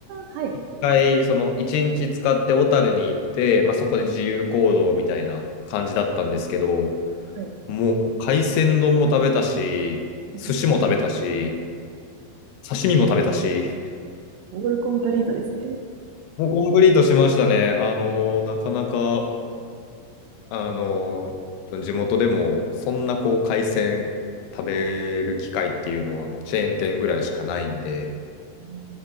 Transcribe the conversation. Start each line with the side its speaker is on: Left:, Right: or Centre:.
Right: はい。
Left: 一回、その、一日使って小樽に行って、まあ、そこで自由行動みたいな感じだったんですけど、
Right: はい。
Left: もう、海鮮丼も食べたし、寿司も食べたし、
Right: うん
Left: 刺身も食べたし、
Right: オールコンプリートですね。
Left: もうコンプリートしましたね。あのーなかなか、あのー地元でも、
Right: うん
Left: そんなこう、海鮮食べる機会っていうのは、
Right: うん
Left: もうチェーン店ぐらいしかないんで、
Right: そう